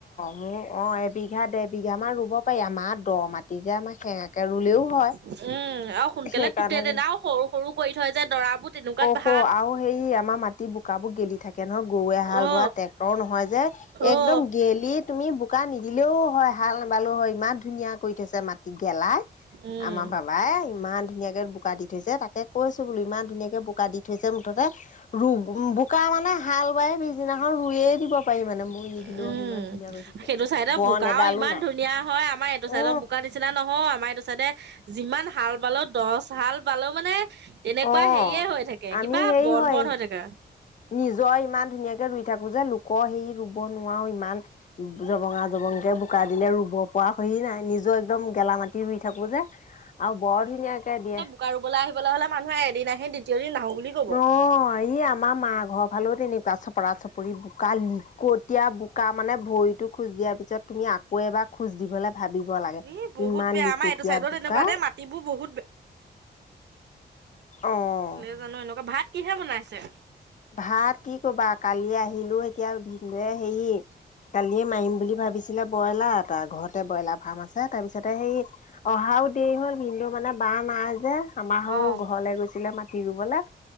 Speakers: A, on the left; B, on the right.
A: মোৰ অ এই, বিঘা দেৰ বিঘা মান ৰুব পাৰি আমাৰ দ মাটি যে আমাৰ সেঙাকে ৰুলেও,
B: উম
A: হয়
B: আৰু সোনকালে
A: সেইকাৰণে
B: তেতেনা আৰু সৰু সৰু কৰি থয় যে দৰাবোৰ তেনেকুৱাত ভা,
A: অ আৰু হেৰি আমাৰ মাটি বোকাবোৰ গেলি থাকে নহয় গৰুৱে হাল
B: অ
A: বোৱা ট্ৰেক্টৰ নহয় যে। একদম
B: অ
A: গেলি তুমি বোকা নিদিলেও, হয় হাল নেবালেও হয় ইমান ধুনীয়া কৰি থৈছে মাটিত গেলাই
B: উম
A: আমাৰ বাবা, বাই ইমান ধুনীয়াকে বোকা দি থৈছে তাকে কৈছো বোলো ইমান ধুনীয়াকে বোকা দি থৈছে মুঠতে, ৰুম বোকা মানে হাল বাই পিছদিনাখন ৰুয়ে দিব পাৰি মানে।
B: উম
A: মই নিদিলেও ইমান ধুনীয়া কৰি থৈছে
B: সেইটো চাইডৰ
A: বন
B: বোকাও
A: এডালো
B: ইমান
A: নাই
B: ধুনীয়া হয় আমাৰ এইটো চাইডৰ
A: অ
B: বোকা নিচিনা, নহয় আমাৰ এইটো চাইদে যিমান হাল বালেও দহ হাল বালেও মানে, তেনেকুৱা
A: অ
B: হেৰিয়ে হৈ থাকে
A: আমি
B: কিবা
A: হেৰি
B: বন
A: হয়
B: বন হৈ থাকে।
A: নিজৰ ইমান ধুনীয়াকে ৰুই থাকো যে লোকৰ সেই ৰুব নোৱাৰো ইমান। জবঙা জবঙকে বোকা দিলে ৰুব পৰা সেই নাই নিজৰ একদম গেলা মাটি ৰুই থাকোঁ যে আৰু বৰ ধুনীয়াকে দিয়ে।
B: ৰুৱা ৰুবলৈ আহিবলৈ হলে মানুহে এদিন আহি দ্বিতীয় দিন নাহো বুলি কব।
A: অ এই আমা আমাৰ মা ঘৰ ফালেও তেনেকুৱা চপৰা চপৰি বোকা লিকটীয়া বোকা মানে ভৰিটো খোজ দিয়া তুমি আকৌ এবাৰ খোজ দিবলৈ ভাবিব লাগে।
B: এ বহুত
A: ইমান
B: বেয়া
A: লিকটীয়া
B: আমাৰ এইটো চাইডত
A: বোকা
B: এনেকুৱা দেই মাটিবোৰ বহুত বেয়া।
A: অ'
B: নেজানোঁ এনেকুৱা ভাত কিহেৰে বনাইছে?
A: ভাত কি কবা কালি আহিলোঁ এতিয়া ভিনদেউৱে হেৰি কালিয়ে মাৰিম বুলি ভাবিছিলে ব্ৰইলাৰ এটা। ঘৰতে ব্ৰইলাৰ ফ্ৰাম আছে তাৰপিছতে সেই অহাও দেৰি হ'ল মানে বাঁহ নাই যে আমাৰ সৌ
B: অ
A: ঘৰলে গৈছিলে মাাটি ৰুবলৈ